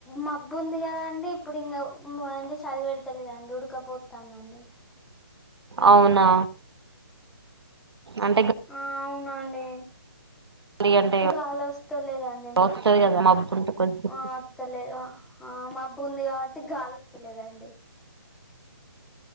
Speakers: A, in the centre; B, on the right.
A: మబ్బు ఉంది కదండి, ఇప్పుడు ఇంకా మ ఏంది చలి పెడతలేదండి. ఉడకపో తాందండి.
B: అవునా అంటే
A: ఆ అవునండి.
B: గాలి అంటే
A: గాలోస్త లేదండి. మాకెళ్ళి
B: వస్తది కదా మబ్బు ఉంటే కొంచెం
A: ఆ అత్తలేదు ఆ మబ్బుంది కాబట్ గాలోత్త లేదండి.